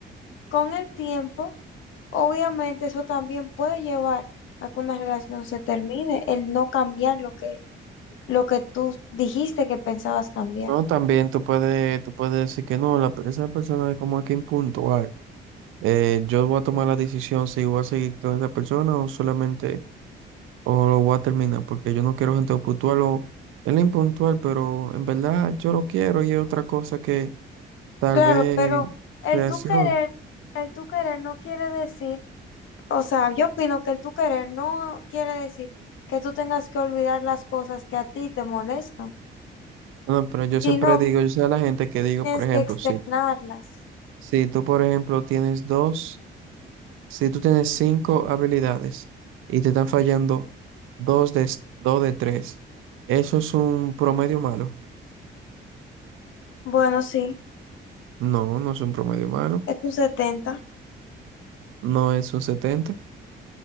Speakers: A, on the left (about 75°); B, on the right (about 90°).
A: con el tiempo, obviamente eso también puede llevar a que una relación se termine, el no cambiar lo que lo que tú dijiste que pensabas cambiar.
B: No, también tú puedes, tú puedes decir que no, la, esa persona es como que impuntual. Eh, yo voy a tomar la decisión si voy a seguir con esa persona o solamente, o lo voy a terminar, porque yo no quiero gente puntual o él es impuntual, pero en verdad yo lo quiero y es otra cosa que tal
A: Claro,
B: vez
A: pero el
B: reaccione.
A: tú querer, el tú querer no quiere decir, o sea, yo opino que el tú querer no quiere decir que tú tengas que olvidar las cosas que a ti te molestan,
B: No, pero yo
A: sino
B: siempre digo,
A: que
B: yo sé a la gente que digo,
A: tienes
B: por ejemplo,
A: que externarlas.
B: si, si tú, por ejemplo, tienes dos, si tú tienes cinco habilidades y te están fallando dos de, s- dos de tres, ¿eso es un promedio malo?
A: Bueno, sí,
B: No, no es un promedio malo,
A: es un 70,
B: no es un setenta